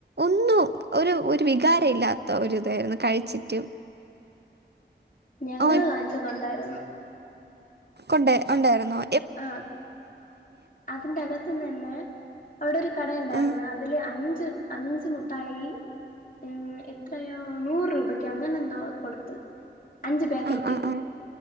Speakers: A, on the right; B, on the left.
A: ഒന്നും ഒരു ഒരു വികാരം ഇല്ലാത്ത ഒരിതായിരുന്നു കഴിച്ചിട്ട്
B: ഞങ്ങള്
A: ഓ
B: കാണിച്ചതൊണ്ടായിരുന്നു
A: കൊണ്ട ഒണ്ടായിരുന്നൊ
B: ആ അതിന്റെ അകത്തുന്ന് തന്നെ അവിടെ ഒരു കട ഉണ്ടായിരുന്നു
A: ആ
B: അതില് അഞ്ച് ച് <unintelligible> അഞ്ച് മുട്ടായി ഏഹ് എത്രയോ നൂറ് രൂപക്ക് അങ്ങനെന്തോ കൊടുത്ത് അഞ്ച് പാക്കറ്റ്
A: ആ ആ ആ